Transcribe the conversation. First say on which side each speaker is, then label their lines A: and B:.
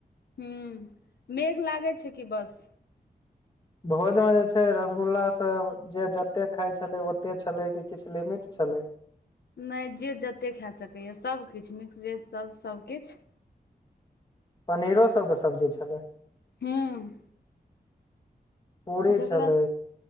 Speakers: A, on the left; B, on the left.
A: हूँ मेघ लागै छै कि बस
B: भोजमे जे छै रसगुल्लास सब जे जतेक खाइ छलै ओतेक छलै कि किछु लिमिट छलै
A: नहि जे जतेक खा सकैए सभकिछु मिक्स वेजसभ सभकिछु
B: पनीरो सबके सब्जी छलै
A: हूँ
B: पूरी
A: जकरा
B: छलै